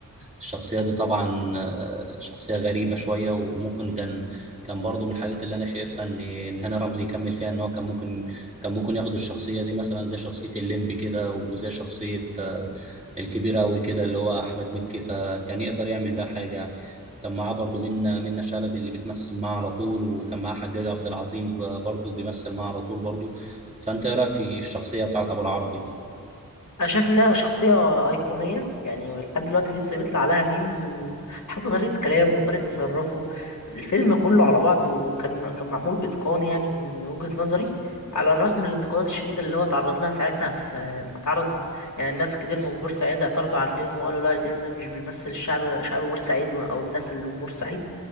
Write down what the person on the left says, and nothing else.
انا شايف انها شخصيه ايقونيه يعني لحد دلوقتي لسه بيطلع عليها ميمز وحتى طريقه كلامه وطريقه تصرفه الفيلم كله على بعضه كان كان معمول باتقان يعني من من وجهه نظري على الرغم من الانتقادات الشديده اللي هو تعرض لها ساعتها في ما تعرض يعني الناس كتير من بورسعيد اعترضوا على الفيلم وقالوا لا الفيلم ده مش بيمثل الشعب شعب بورسعيد او الناس اللي من بورسعيد